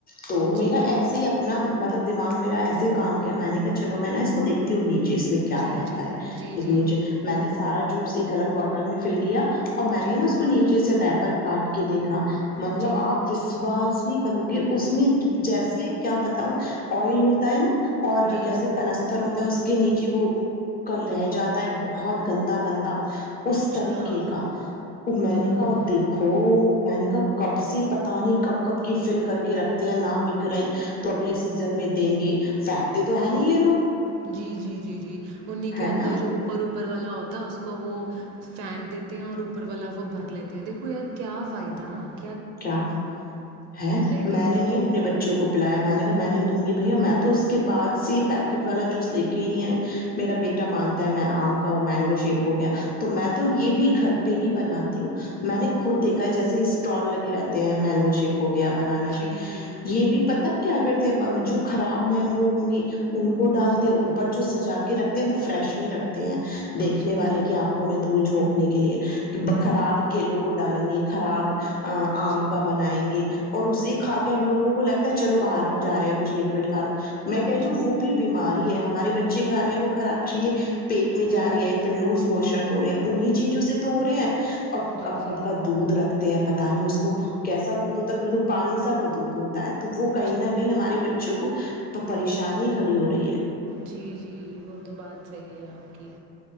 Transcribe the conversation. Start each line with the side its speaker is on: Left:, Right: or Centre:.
Left: تو
Right: جی
Left: میرا ایسے ہی اپنا مطلب دماغ میرا ایسے ہی کام کیا میں نے کہ چلو میں نا اس کو دیکتی ہوں نیچے اس میں کیا
Right: جی
Left: رہتا ہے
Right: جی جی جی
Left: نیچے میں نے سارا جوس الگ باٹل میں فل کیا اور میں
Right: جی
Left: نے نا اس کو نیچے سے ریپر کاٹ کے دیکھا مطلب
Right: جی
Left: آپ وشواس نہیں کرو گی اس میں جیسے کیا بتاؤ آئل ہوتا ہوتا ہے نا اور
Right: جی
Left: جیسے
Right: جی
Left: کہ <unintelligible> ہوتا ہے اس کے نیچے وہ ک رہ جاتا ہے بہت گندا گندا <unintelligible> اس
Right: اچھا
Left: طریقے کا وہ میں
Right: دیکھو
Left: نے کہا دیکھو <unintelligible> میں نے کہا کب سے پت نہیں کب کب کی فل کر کے رکھتے ہیں نہ بک رہی تو اگلے سیزن میں دیں گے فھیکتے تو ہیں <unintelligible> نہیں یہ لوگ <unintelligible>
Right: جی جی جی جی انہیں کے
Left: ہے
Right: اندر
Left: نا
Right: جو اوپر اوپر والا ہوتا <unintelligible> اس کو وہ پھینک دیتے ہیں اور اوپر والا وہ بھر لیتے <unintelligible> ہیں دیکھو یار کیا فائد <unintelligible>
Left: کیاپ ہیں میں
Right: گے
Left: نے
Right: دیکھو
Left: نہیں اپنے بچوں کو پلایا میں نے کہا میں نہیں دوں گی <unintelligible> بھیا میں تو اس کے بعد سے یہ پیکٹ والا جوس لے کے ہی نہیں آئی میرا بیٹا مانگتا ہے میں آم کا مینگو شیک ہو گیا تو میں تو یہ بھی گھر پہ ہی بنات ہوں میں نے <unintelligible> خود دیکھا ہے جیسے اسٹال ل رہتے ہیں <unintelligible> مینگو شیک ہو گیا بنانا
Right: جی
Left: شیک
Right: جی
Left: یہ بھی پتا کیا اگر <unintelligible> جو خراب مینگو ہوں گے <unintelligible> ان کو ڈالتے
Right: جی
Left: اوپر جو سجا کے رکھتے <unintelligible> وہ فریش میں رکھتے ہیں <unintelligible> دیکھنے
Right: جی
Left: والے
Right: جی
Left: کی آنکھوں میں دھول جھونک <unintelligible> نے کے لیے کہ خراب کیلو کو ڈالیں گے خراب <unintelligible> آم
Right: جی جی
Left: کا بنائیں گے <unintelligible> اور اسے کا کے ہم لگوں کو لگتا ہے چلو باہر جا رہے ہیں کچھ لکوڈ کا لو <unintelligible> میں کری
Right: جی جی
Left: ہوں وہ بھی بیمار <unintelligible> ہے ہمارے بچے کھ رہے ہیں وہ خراب چیزیں <unintelligible> پیٹ میں
Right: جی
Left: جا رہی ہے پھر لوز موشن <unintelligible> ہو رہے ہیں انہیں چیزوں سے تو ہو رہے ہیں تو <unintelligible> اور
Right: جی
Left: کب
Right: جی
Left: کب کا دودھ رکھ <unintelligible> ت <unintelligible> پتا نہیں اس کو کیسا دودھ ہوتا ہے بالکل پانی سا وہ دودھ ہوتا ہے <unintelligible> تو وہ
Right: جی
Left: کہیں نہ کہیں ہمارے بچے <unintelligible> بچوں کو پریشانی کھڑی ہو رہی ہے <unintelligible>
Right: جی جی وہ تو بات صحیح ہے آپ کی